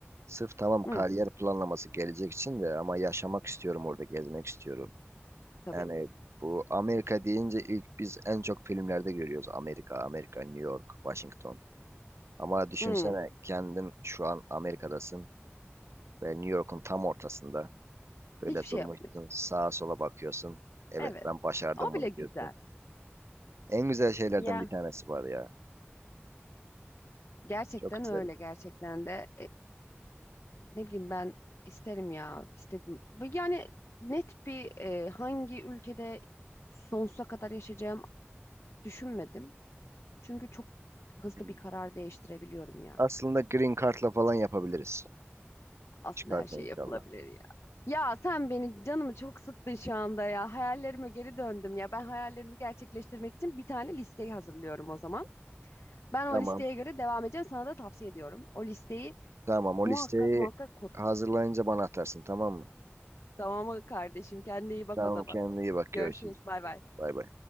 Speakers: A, on the right (about 80°); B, on the left (about 80°).
A: sırf tamam
B: Hı,
A: kariyer planlaması gelecek için de ama yaşamak istiyorum orada gezmek istiyorum.
B: tabii.
A: Yani bu Amerika deyince ilk biz en çok filmlerde görüyoruz. Amerika, Amerika, New York, Washington. Ama düşünsene
B: Hı,
A: kendin şu an Amerika'dasın ve New York'un tam ortasında. Böyle
B: hiçbir şey
A: durmuşsun,
B: yapmıyorsun.
A: sağa sola bakıyorsun. Evet
B: Evet.
A: ben başardım
B: O bile
A: bunu
B: güzel.
A: diyorsun. En güzel şeylerden
B: Ya.
A: bir tanesi var ya.
B: Gerçekten
A: Çok isterim.
B: öyle gerçekten de. ne bileyim ben isterim ya istedim. Bu Yani net bir e, hangi ülkede sonsuza kadar yaşayacağım düşünmedim. Çünkü çok hızlı
A: Hmm.
B: bir karar değiştirebiliyorum ya.
A: Aslında Green Card'la falan yapabiliriz.
B: Aslında
A: Çıkarken
B: her şey
A: inşallah.
B: yapılabilir ya. Ya sen beni canımı çok sıktın şu anda ya. Hayallerime geri döndüm ya. Ben hayallerimi gerçekleştirmek için bir tane listeyi hazırlıyorum o zaman. Ben o
A: Tamam.
B: listeye göre devam edeceğim. Sana da tavsiye ediyorum. O listeyi
A: Tamam o
B: muhakkak
A: listeyi
B: muhakkak kur.
A: hazırlayınca bana atarsın tamam mı?
B: Tamam mı kardeşim? Kendine iyi bak
A: Tamam
B: o zaman.
A: kendine iyi bak görüşürüz.
B: Görüşürüz. Bay bay.
A: Bay bay.